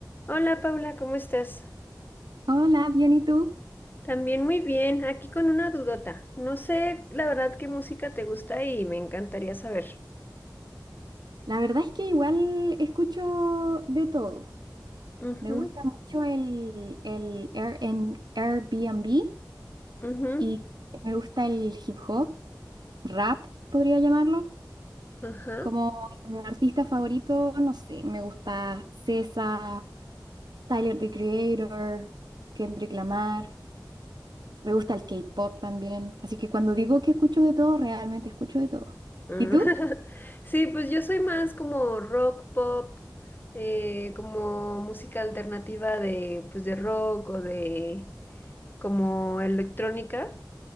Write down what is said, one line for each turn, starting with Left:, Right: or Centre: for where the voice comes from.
Left: Hola Paula, ¿cómo estás?
Right: Hola, bien, ¿y tú?
Left: También muy bien, aquí con una dudota. No sé la verdad qué música te gusta y me encantaría saber.
Right: La verdad es que igual escucho de todo.
Left: Ujú,
Right: Me gusta mucho el, el Air- en Airbnb
Left: ujú,
Right: y me gusta el hip hop, rap, podría llamarlo.
Left: ajá.
Right: Como artista favorito, no sé, me gusta SZA, Tyler, the Creator, Kendrick Lamar. Me gusta el K-pop también. Así que cuando digo que escucho de todo, realmente escucho de todo.
Left: mm.
Right: ¿Y tú?
Left: <laughs> Sí, pues yo soy más como rock, pop, eh, como música alternativa de, pues de rock o de como electrónica.